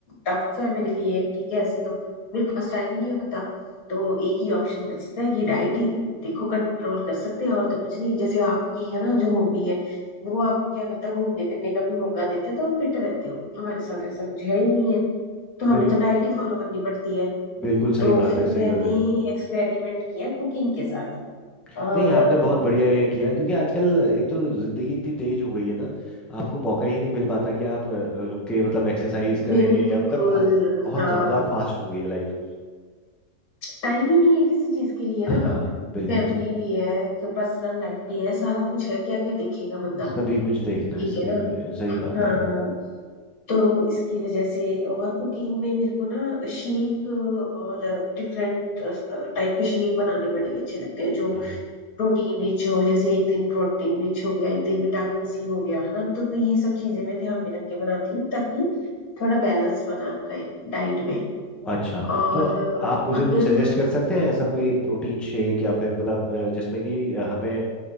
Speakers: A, on the left (about 55°); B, in the centre.
A: टफ है मेरे लिए ठीक है ऐसे तो मेरे पास टाइम ही नहीं होता तो एक ही ऑप्शन बचता है कि डाइट ही देखो कंट्रोल कर सकते हैं और तो कुछ नहीं जैसे आपकी है ना जो हॉबी है वो आपको क्या करता है घूमने फिरने का भी मौका देता है तो फिट रहते हो हमारे साथ ऐसा कुछ है ही नहीं है तो हमें
B: बिल
A: तो डाइट ही फॉलो करनी पड़ती है
B: बिल्कुल सही
A: तो
B: बात
A: फिर
B: है सही
A: मैंने
B: बात है
A: एक्सपेरिमेंट किया कुकिंग के साथ
B: नहीं
A: और
B: आपने
A: अ,
B: बहुत बढ़िया ये किया क्योंकि आजकल एक तो जिंदगी इतनी तेज हो गई है ना आपको मौका ही नहीं मिल पाता कि आप अ, रुक के मतलब एक्सरसाइज करें
A: बिल्कुल
B: या मतलब अ, बहुत
A: हाँ
B: ज्यादा फास्ट हो गई है लाइफ
A: टाइम ही नहीं है किसी चीज के लिए
B: हाँ
A: ना
B: बिल्कुल
A: फैमिली
B: सही
A: भी है पर्सनल लाइफ भी है सारा कुछ है क्या क्या देखेगा बंदा
B: सभी कुछ देखना है
A: ठीक
B: सभी
A: है ना
B: कुछ है, सही बात
A: हाँ
B: है
A: तो इसकी वजह से और कुकिंग में मेरे को ना शेक और डिफरेंट टाइप के शेक बनाने बड़े अच्छे लगते हैं जो
B: हाँ।
A: प्रोटीन रिच हो जैसे एक दिन प्रोटीन रिच हो गया एक दिन विटामिन सी हो गया है ना तो ये सब चीजें मैं ध्यान में रख के बनाती हूँ ताकि थोड़ा बैलेंस बना रहे डाइट में
B: अच्छा
A: और
B: तो आप
A: अ,
B: मुझे
A: अगर
B: कुछ सजेस्ट कर सकते हैं ऐसा कोई प्रोटीन शेक या फिर मतलब अ, जिसमें कि हमें